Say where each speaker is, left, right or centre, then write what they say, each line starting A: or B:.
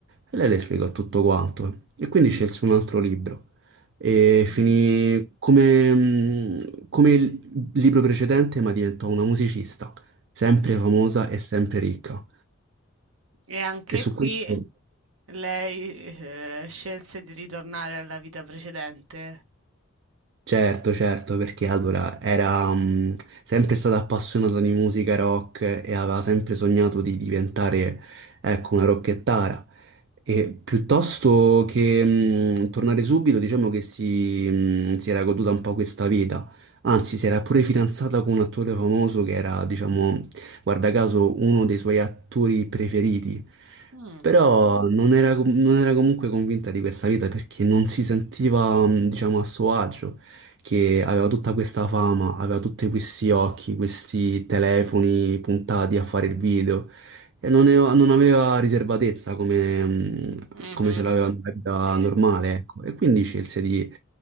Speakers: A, on the right; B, on the right.
A: E lei le spiegò tutto quanto. E quindi scelse un altro libro. E
B: mh-mh.
A: finì come, mh, come il libro precedente, ma diventò una musicista, sempre
B: Mh.
A: famosa e sempre ricca.
B: E anche
A: E su
B: qui
A: questo
B: lei, ehm, scelse di ritornare alla vita precedente?
A: Certo, certo, perché allora era mm, sempre stata appassionata di musica rock e aveva sempre sognato di diventare, ecco, una rockettara. E piuttosto che mm, tornare subito, diciamo che si, mm, si era goduta un po' questa vita. Anzi, si era pure fidanzata con un attore famoso che era, diciamo, guarda caso, uno dei suoi attori preferiti.
B: Mh,
A: Però non era, com- non era comunque convinta di questa vita perché non si sentiva, mm, diciamo, a suo agio che aveva tutta questa fama, aveva tutti questi occhi, questi telefoni puntati a fare il video e non, ne- non aveva riservatezza come, mh,
B: mh-mh,
A: come ce l'aveva nella vita
B: sì.
A: normale, ecco. E quindi scelse di,